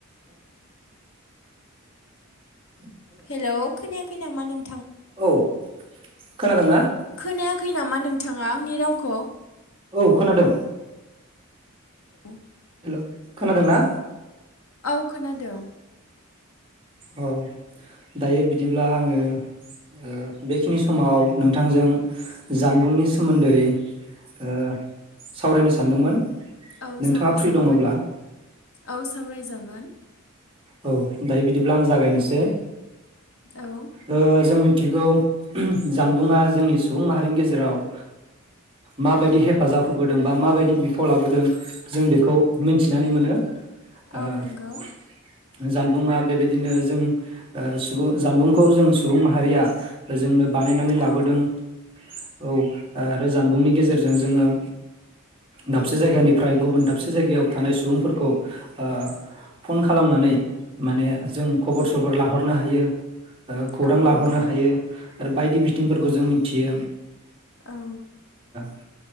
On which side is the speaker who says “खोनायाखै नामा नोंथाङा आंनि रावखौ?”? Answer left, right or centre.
Left